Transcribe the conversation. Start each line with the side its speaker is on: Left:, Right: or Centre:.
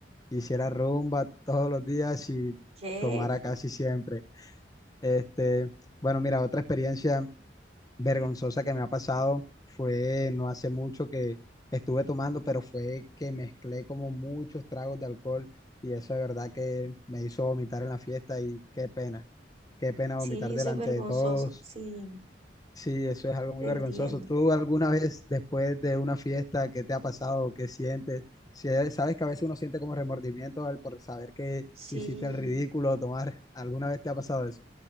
Left: hiciera rumba todos los días y
Right: ¿Qué?
Left: tomara casi siempre. Este, bueno, mira, otra experiencia vergonzosa que me ha pasado fue no hace mucho que estuve tomando, pero fue que mezclé como muchos tragos de alcohol y eso de verdad que me hizo vomitar en la fiesta y qué pena, qué pena
Right: Sí,
Left: vomitar
Right: eso
Left: delante
Right: es vergonzoso.
Left: de todos
Right: Sí,
Left: Sí, eso es algo muy
Right: te
Left: vergonzoso.
Right: entiendo.
Left: ¿Tú alguna vez después de una fiesta, qué te ha pasado? ¿Qué sientes? Si- eh, Sabes que a veces uno siente como remordimiento al por saber que
Right: Sí,
Left: hiciste el ridículo, tomar. ¿Alguna vez te ha pasado eso?